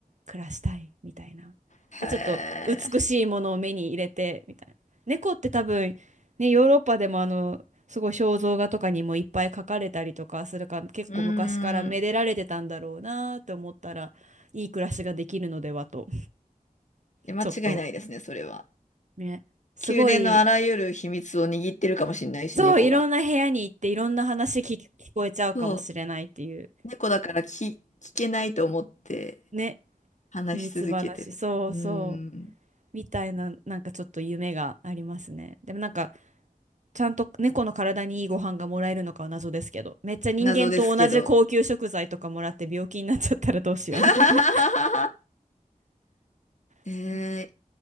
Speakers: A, on the right; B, on the left.
A: 暮らしたいみたいな。
B: へえ。
A: で、ちょっと美しいものを目に入れてみたいな。猫って多分ね、ヨーロッパでもあの、すごい肖像画とかにもいっぱい描かれたりとかするから結構昔からめでられてたんだろうなと思ったらいい暮らしができるのではと、
B: うーん。いや、間違いないですね、
A: ちょっと
B: それは。
A: ね、すごい。
B: 宮殿のあらゆる秘密を握ってるかもしれないし、
A: そう、
B: 猫が。
A: いろんな部屋に行っていろんな話聞き、聞こえちゃうかもしれないっていう
B: そう。猫だから聞、聞けないと思って
A: ね、
B: 話し続けてる。
A: 秘密話、そうそう、
B: うーん。
A: みたいな、なんかちょっと夢がありますね。でもなんか、ちゃんと猫の体にいいご飯がもらえるのかは謎ですけど、めっちゃ人間と同じ高級食材とかもらって病気になっちゃったらどうしようみたいな。
B: 謎ですけど。<laughs> えー、
A: そうなん
B: い